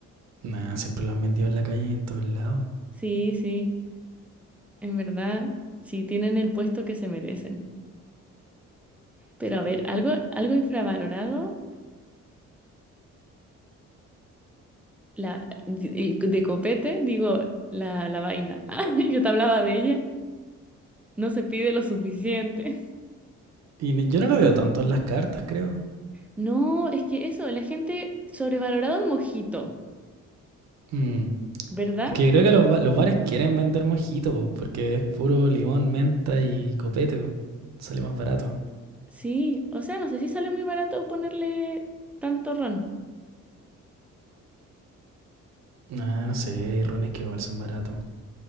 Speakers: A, on the right (about 60°); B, in the centre.
A: Nah, siempre lo han vendido en la calle y en todos lados.
B: Sí, sí, en verdad, sí tienen el puesto que se merecen. Pero a ver, algo, algo infravalorado, la y- y de copete, digo, la, la vaina. <laughs> Ah, yo te hablaba de ella, no se pide lo suficiente.
A: Y ni- yo no lo veo tanto en las cartas, creo.
B: No, es que eso, la gente sobrevalorado el mojito,
A: Mm.
B: ¿verdad?
A: Es que yo creo que los, ba- los bares quieren vender mojito, po, porque es puro limón, menta y copete, po. Sale más barato.
B: Sí, o sea, no sé si sale muy barato ponerle tanto ron.
A: Nah, no sé, hay rones que igual son baratos.